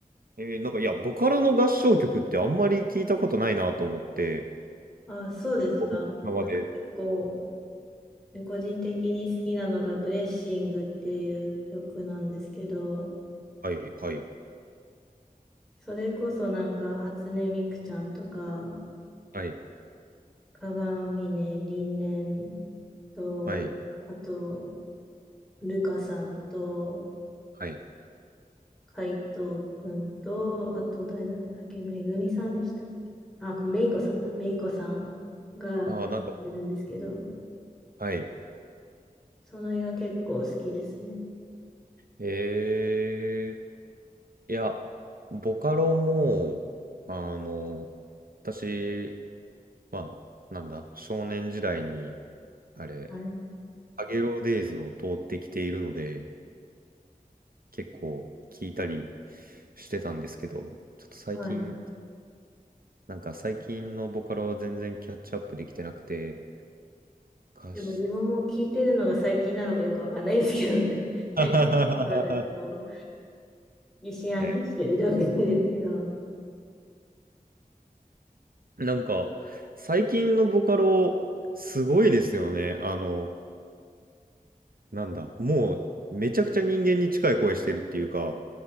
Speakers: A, on the right; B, in the centre.
A: えーなんか、いや、ボカロの合唱曲ってあんまり聞いたことないなと思って、
B: あ、そうですか。
A: 僕、今まで。
B: なんか結構で個人的に好きなのがブレッシングっていう曲なんですけど、
A: はい、はい、
B: それこそなんか初音ミクちゃんとか、
A: はい、
B: 鏡音凛々と、
A: はい、
B: あと、ルカさんと、
A: はい。
B: 海藤くんと、あと誰だったっけ、めぐみさんでしたっけ。あ、めいこさんだ。めいこさんが歌ってるんですけど、
A: ああ、なんか、はい。
B: その映画結構好きですね。
A: えー、いや、ボカロも、あの、私、まあ、なんだ、少年時代に、あれ、
B: あれ。
A: アゲロデイズを通ってきているので、結構聞いたりしてたんですけど、ちょっと最近、
B: はい。
A: なんか最近のボカロは全然キャッチアップできてなくて、歌詞、
B: でも自分も聞いてるのが最近なのかよくわかんないですけどね。<laughs> 最近、
A: <laughs>
B: なんかちょっと疑心暗鬼してる状態ですけど、
A: ね、なんか最近のボカロすごいですよね。あの、なんだ、もうめちゃくちゃ人間に近い声してるっていうか、